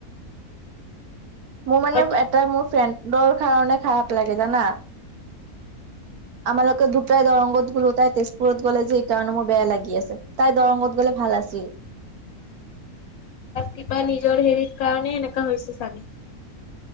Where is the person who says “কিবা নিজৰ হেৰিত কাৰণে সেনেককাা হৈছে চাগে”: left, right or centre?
Left